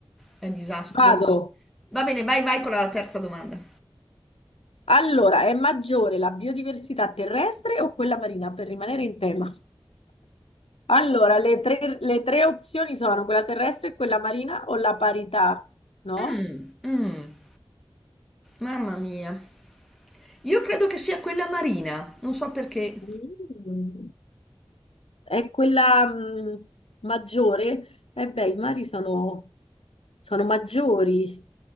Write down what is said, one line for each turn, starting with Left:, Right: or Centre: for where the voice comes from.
Centre: è disastroso.
Left: Vado.
Centre: Va bene, vai, vai con la terza domanda.
Left: Allora, è maggiore la biodiversità terrestre o quella marina per rimanere in tema? Allora, le tre, le tre opzioni sono quella terrestre, quella marina o la parità, no?
Centre: Mm, mm, mamma mia. Io credo che sia quella marina, non so perché.
Left: Mm. È quella mh, maggiore? Eh beh, i mari sono, sono maggiori.